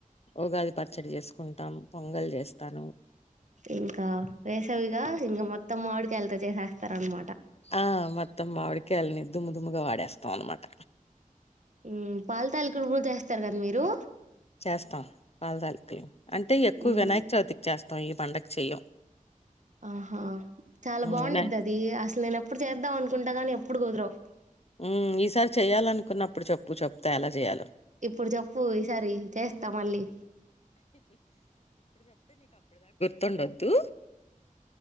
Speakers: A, on the left; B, on the right.
A: ఉగాది పచ్చడి జేసుకుంటాం పొంగల్ జేస్తాను.
B: అ కా వేసవిగ ఇంక మొత్తం మావిడ్ ఎళ్తే చేహెస్తారనమాట
A: ఆహ్ మొత్తం మావిడికాయ్లని దుమ్ము దుమ్ముగా వాడేస్తాం అనమాట.
B: మ్మ్ పాల్ తాలికలు కూడా చేస్తారు కద మీరు
A: చేస్తాం పాలతాలికలు అంటే ఎక్కువ
B: మ్మ్
A: వినాయక చవితికి చేస్తాం తం ఈ పండక్ చెయం
B: ఆహా చాలా బావుండిద్దది
A: వినా
B: అది అసలు నేను. ఇప్పుడు చేద్దాం అనుకుంటా గానీ ఎప్పుడు కుదరవ్
A: మ్మ్ ఈసారి చెయ్యాలనుకున్నాప్పుడు చెప్పు చెప్తా ఎలా చెయలో
B: ఇప్పుడు చెప్పు ఈ సారి ఏం చేస్తావ్ మళ్ళీ
A: తుండొద్దు